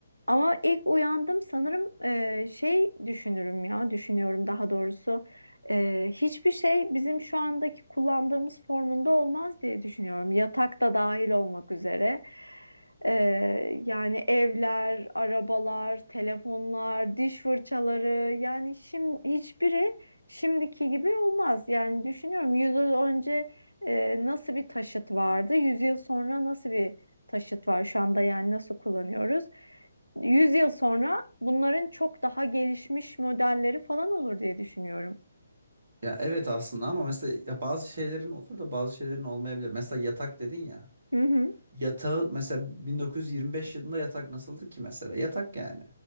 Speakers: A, on the right; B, on the right.
A: Ama ilk uyandım sanırım e, şey düşünürüm ya düşünüyorum daha doğrusu E, hiçbir şey bizim şu andaki kullandığımız formunda olmaz diye düşünüyorum yatak da dahil olmak üzere E, yani evler, arabalar, telefonlar, diş fırçaları yani şimdi hiçbiri şimdiki gibi olmaz yani düşünüyorum 100 yıl önce e, nasıl bir taşıt vardı 100 yıl sonra nasıl bir taşıt var şu anda yani nasıl kullanıyoruz? 100 yıl sonra bunların çok daha gelişmiş modelleri falan olur diye düşünüyorum.
B: Ya evet aslında ama mesela ya bazı şeylerin olur da bazı şeylerin olmayabilir. Mesela yatak dedin ya.
A: Hı hı.
B: Yatağı mesela 1925 yılında yatak nasıldı ki mesela? Yatak yani.